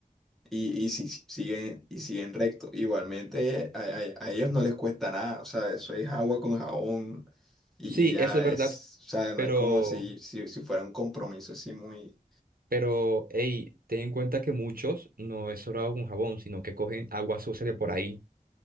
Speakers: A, in the centre; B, on the right (about 80°).
A: Y, y si, si- siguen, y siguen recto. Igualmente a, a- a ellos no les cuesta nada. O sea, eso es agua con jabón y,
B: Sí,
A: y ya
B: eso es verdad.
A: es, o sea, no
B: Pero,
A: es como si, si, si fuera un compromiso así muy
B: pero, hey, ten en cuenta que muchos no es sobrado con jabón, sino que cogen agua sucia de por ahí.